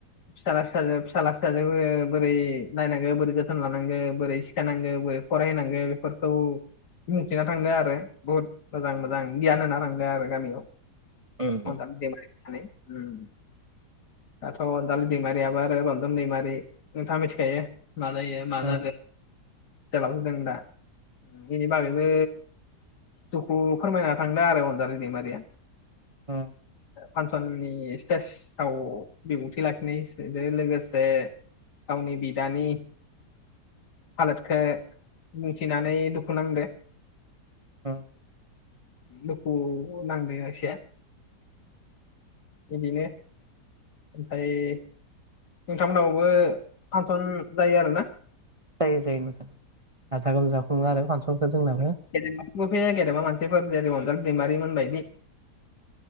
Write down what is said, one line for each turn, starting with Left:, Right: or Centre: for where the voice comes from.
Left: फिसाला फिसाजो फिसाला फिसाजोफोरखो बोरै नायनांगो बोरै जोथोन लानांगो बोरै सिखायनांगो बोरै फराय होनांगो बेफोरखौ बुंथिना थांदो आरो बुहुत मोजां मोजां गियान होना थांदो आरो गामियाव‌। <unintelligible>
Right: उम
Left: दाथ' अनजालि दैमारियाबो आरो रन्जन दैमारि नोंथाङा मिथिखायो मा जायो
Right: उम
Left: मा जादों। जेलावसो दं दा बिनि बागैबो दुखु फोरमायना थांदों आरो अनजालि दैमारिया।
Right: उम।
Left: फान्सननि स्टेजाव बिबुंथि लाखिनायजो लोगोसे गावनि बिदानि हालोदखो मिथिनानै दुखुु नांदो।
Right: उम।
Left: दुखु नांदों एसे बिदिनो ओमफ्राय नोंथांमोनावबो फानसन जायो आरो ना
Right: जायो-जायो नोंथां गाजा गोमजा खुङो आरो फांसनखौ जोंनाबो।
Left: गेदेमा मानसिफोर जेरै अनजालि दैमारिमोन मोन बायदि